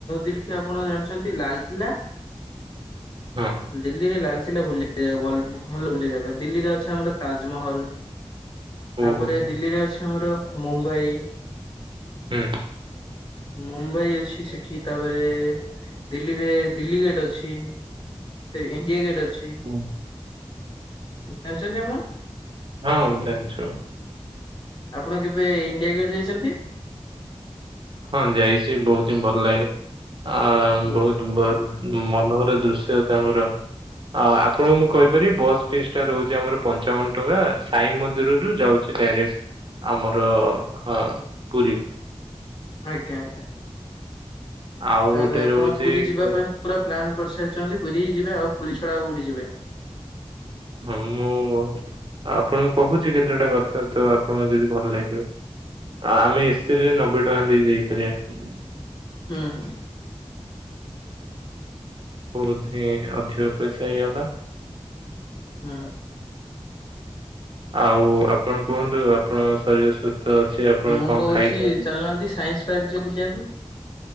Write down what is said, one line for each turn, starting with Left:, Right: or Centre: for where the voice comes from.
Left: ଦିଲ୍ଲୀ ଆପଣ ଜାଣିଛନ୍ତି ଲାଲକିଲ୍ଲା।
Right: ହଁ
Left: ଦିଲ୍ଲୀରେ ଲାଲକିଲ୍ଲା ଭୁଲି ଭଲ ହଲ ଓଆ ଜାଗା ଦିଲ୍ଲୀରେ ଅଛି ଆମର ତାଜମହଲ ତାପରେ
Right: ହଉ ହଉ
Left: ଦିଲ୍ଲୀରେ ଅଛି ଆମର ମୁମ୍ବାଇ
Right: ହୁଁ।
Left: ମୁମ୍ବାଇ ଅଛି ସେଠି ତାପରେ ଦିଲ୍ଲୀରେ ଦିଲ୍ଲୀ ଗେଟ ଅଛି। ସେ ଇଣ୍ଡିଆ ଗେଟ୍ ଅଛି।
Right: ହୁଁ।
Left: ଜାଣିଛନ୍ତି ଆପଣ।
Right: ହଁ ଜାନିଛୁ।
Left: ଆପଣ କେବେ ଇଣ୍ଡିଆ ଗେଟ୍ ଯାଇଛନ୍ତି।
Right: ହଁ ଯାଇଛି ବହୁତ ହିଁ ଭଲ ଲାଗେ ଆ
Left: ବୋ
Right: ବହୁତ ଭଲ
Left: ହୁଁ,
Right: ମନୋହର ଦୃଶ୍ୟ ତାଙ୍କର। ଅ ଆପଣଙ୍କୁ ମୁଁ କହିପାରିବି ବସ୍ ଫିସ୍ ଟା ରହୁଛି ଆମର ପଞ୍ଚାବନ ଟଙ୍କା ସାଇ ମନ୍ଦିରରୁୁ ଯାଉଛି। ସେ ଡାଇରେକ୍ଟ ଆମର ହଁ ପୁରୀକୁ।
Left: ଆଜ୍ଞା ଆଜ୍ଞା।
Right: ଆଉ
Left: ତାହେଲେ
Right: ଗୋଟେ
Left: ଆପଣ
Right: ରହୁଛି
Left: ପୁରୀ ଯିବା
Right: ତ-
Left: ପାଇଁ ପୁରା ପ୍ଲାନ୍ କରିସାରିଛନ୍ତି ପୁରୀ ଯିବେ ଆଉ ପୁରୀ ଛଡା ଆଉ କଉଠି ଯିବେନି।
Right: ହଁ ମୁଁ ଆପଣଙ୍କୁ କହୁଛି କେତେଟା କଥା ତ ଆପଣଙ୍କୁ ଯଦି ଭଲ ଲାଗିବ। ଆଉ ଆମେ ଏ୍ରୀରେ ନବେ ଟଙ୍କା ଦେଇ ଯାଇପାରିବା
Left: ହୁଁ ହୁଁ।
Right: ବୋଧ ଅଧିକ ପଇସା ହେଇଗଲା।
Left: ହୁଁ।
Right: ଆଉ ଆପଣ କୁହନ୍ତୁ ଆପଣଙ୍କ ଶରୀର ସୁସ୍ଥ ଅଛି। ଆପଣ
Left: ମୁଁ
Right: କଣ
Left: କହୁଛି
Right: ଖାଇଛନ୍ତି?
Left: ଚାଲନାହାନ୍ତି ସାଇନ୍ସ ପାର୍କ ଯିବ ବୁଲିବାକୁ।